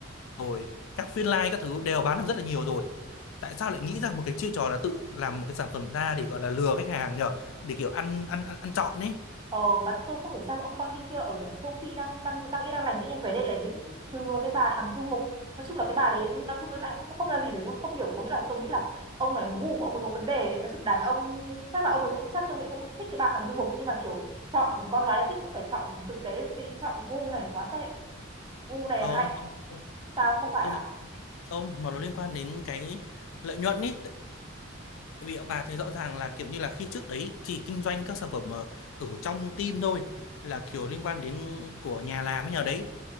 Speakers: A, on the left; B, on the right.
A: rồi các phiên live các thứ đều bán được rất là nhiều rồi tại sao lại nghĩ ra một cái chiêu trò là tự làm một cái sản phẩm ra để gọi là lừa khách hàng nhờ để kiểu ăn ăn ăn, ăn trọn ấy
B: Ờ, mà tôi không hiểu sao ông Quang Linh kia ở động châu Phi đang đang đang yên đang lành tự nhiên về đây lại dính sừ vào cái bà Hằng Du Mục. Nói chung là cái bà đấy nói chung là bạn cũng không ra gì rồi nhưng không hiểu có nghĩa là tôi nghĩ là ông này gu của ông ấy có vấn đề ấy. Nói chung đàn ông chắc là ông ấy cũng chắc tôi nghĩ cũng thích cái bà Hằng Du Mục nhưng mà kiểu chọn con gái này thích cũng phải chọn tử tế một tí chọn gu này quá tệ. Gu này
A: không
B: hay
A: không không,
B: sao không phải
A: tôi
B: à?
A: nghĩ không mà nó liên quan đến cái lợi nhuận ấy tại vì bà thấy rõ ràng là kiểu như là khi trước đấy chỉ kinh doanh các sản phẩm ở, ở trong team thôi là kiểu liên quan đến của nhà làm ấy nhờ đấy